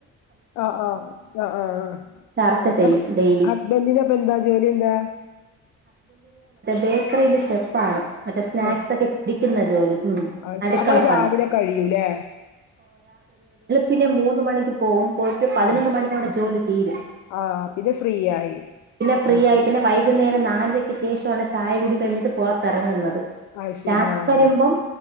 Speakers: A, on the left; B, on the right.
A: ആഹ ആഹ ആഹ് ആഹ്
B: ചർച്ച
A: ആഹ്
B: ചെയ്യും
A: അപ്പൊ
B: ഡെയിലി
A: ഹസ്ബൻഡിന്റെ അപ്പൊ എന്താ ജോലി എന്താ
B: ബേക്കറിയിൽ ഷെഫ് ആണ് മറ്റേ സ്നാക്സ്
A: ഷെഫ്
B: ഒക്കെ പിടിക്കുന്ന ജോലി ഉം
A: അത്
B: അടുക്കളപ്പണി
A: അപ്പൊ രാവിലെ കഴിയൂല്ലേ
B: പിന്നെ മൂന്ന് മണിക്ക് പോകവും പോയിട്ട് പതിനൊന്ന്
A: ആഹ്
B: മണിയടെ ജോലി തീരും
A: ആഹ് പിന്നെ ഫ്രീ ആയി.
B: പിന്നെ ഫ്രീ
A: അത്
B: ആയി
A: ശരി
B: പിന്നെ വൈകുന്നേരം നാ നാലയ്ക്ക് ശേഷമാണ് ചായ കൂടി കഴിഞ്ഞിട്ട് പുറത്തിറങ്ങുന്നത്
A: അത് ശരി
B: രാത്രി
A: ആഹ്
B: വരുമ്പം